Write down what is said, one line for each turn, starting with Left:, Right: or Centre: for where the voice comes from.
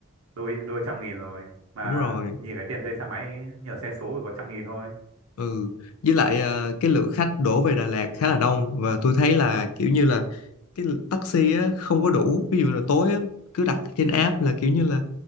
Right: đôi đôi trăm nghìn rồi mà
Left: đúng rồi
Right: nhìn cái tiền thuê xe máy nhờ xe số thì có trăm nghìn thôi
Left: Ừ, với lại ờ, cái lượng khách đổ về Đà Lạt khá là đông và tôi thấy là kiểu như là cái taxi á, không có đủ ví dụ là tối á, cứ đặt trên app là kiểu như là